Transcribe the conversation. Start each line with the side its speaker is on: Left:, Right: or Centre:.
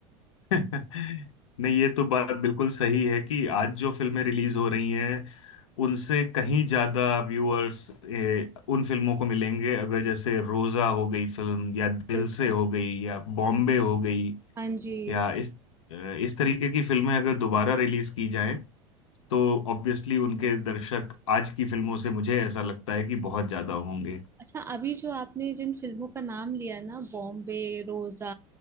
Left: <laughs> नहीं ये तो बात बिल्कुल सही है कि आज जो फिल्में रिलीज हो रही हैं उनसे कहीं ज्यादा व्यूअर्स उन फिल्मों को मिलेंगे अगर जैसे रोजा हो गई फिल्म या दिल
Right: बिल्कुल
Left: से हो गई या बॉम्बे हो गई
Right: हाँ जी
Left: या इस इस तरीके की फिल्में अगर दोबारा रिलीज की जाएं तो ऑब्वियसली उनके दर्शक आज की फिल्मों से मुझे ऐसा लगता है कि बहुत ज्यादा होंगे
Right: अच्छा अभी जो आपने जिन फिल्मों का नाम लिया ना बॉम्बे रोजा